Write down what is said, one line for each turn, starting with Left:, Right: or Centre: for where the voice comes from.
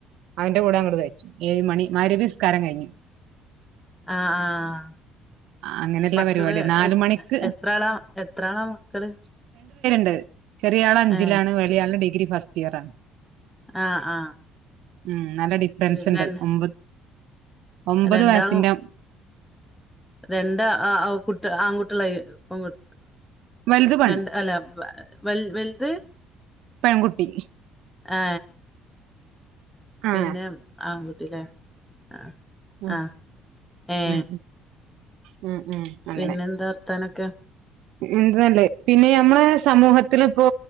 Right: അവന്റെ കൂടെ അങ്ങോട് കഴിച്ചു ഏഴു മണി മഹ് ര് ബ്സ്ക്കാരം കഴിഞ്ഞ്
Centre: ആഹ് ആഹ്
Right: അങ്ങനെയുള്ള
Centre: മക്കള്
Right: പരിപാടിയാ നാല്
Centre: എ എത്
Right: മണിക്ക്
Centre: എത്രാളാ എത്രാളാ മക്കള്
Right: ഹ് <unintelligible> ചെറിയ ആള് അഞ്ചിലാണ്
Centre: ഏ
Right: വലിയ ആള് ഡിഗ് - ഗ്രീ ഫസ്റ്റ് ഇയർയാ
Centre: ആ ആ
Right: മ് നല്ല ഡിഫറൻസ്
Centre: പിന്നെ
Right: ഉണ്ട്
Centre: രണ്ട്
Right: ഒമ്പത് ഒമ്പത്
Centre: രണ്ടാളും
Right: വയസിന്റെ-
Centre: രണ്ട് ആ ആ കുട്ടി ആൺകുട്ടികളായി പെൺകു -
Right: വലുത് പെണ്ണ്
Centre: രണ്ട് അല്ല വ വലുത്
Right: പെൺകുട്ടി
Centre: ആ പിന്നെ
Right: ആഹ്
Centre: ആൺകുട്ടിയില്ലേ ആ
Right: മ്
Centre: ആ ഏ
Right: മ് മ് മ് മ് അങ്ങനെ
Centre: പിന്നെന്താ വർത്താനൊക്കെ
Right: എന്തല്ലേ പിന്നെ നമ്മളെ സമൂഹത്തില ഇപ്പോ